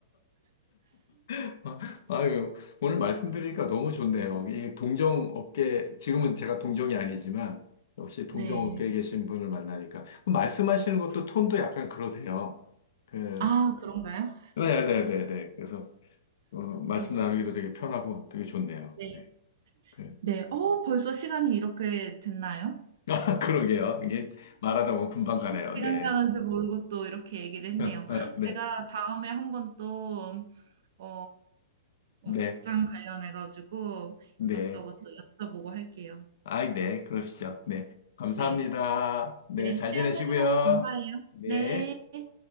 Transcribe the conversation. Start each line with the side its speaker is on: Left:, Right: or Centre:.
Left: <laughs> 아유, 오늘 말씀드리니까 너무 좋네요. 이 동종업계, 지금은 제가 동종이 아니지만, 역시 동종업계에
Right: 네.
Left: 계신 분을 만나니까. 그럼 말씀하시는 것도 톤도 약간 그러세요. 그,
Right: 아, 그런가요?
Left: 네네네네. 그래서, 어, 말씀
Right: 네.
Left: 나누기도 되게 편하고 되게 좋네요.
Right: 네.
Left: 네. 그,
Right: 네. 어, 벌써 시간이 이렇게 됐나요?
Left: <laughs> 아, 그러게요. 이게 말하다 보면 금방 가네요.
Right: 시간
Left: 네.
Right: 가는 줄 모르고 또 이렇게 얘기를 했네요.
Left: <laughs> 아, 네.
Right: 제가 다음에 한번 또, 어,
Left: 네.
Right: 어, 직장 관련해가지고
Left: 네.
Right: 이것저것 또 여쭤보고 할게요.
Left: 아, 네, 그러시죠. 네, 감사합니다.
Right: 네.
Left: 네,
Right: 네.
Left: 잘
Right: 시간
Left: 지내시고요.
Right: 내주셔서 감사해요.
Left: 네.
Right: 네.